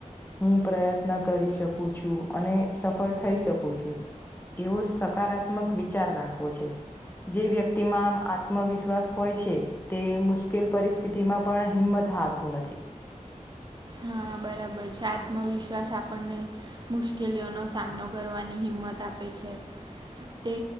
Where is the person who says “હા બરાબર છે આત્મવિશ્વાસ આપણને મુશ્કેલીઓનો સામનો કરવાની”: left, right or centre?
Right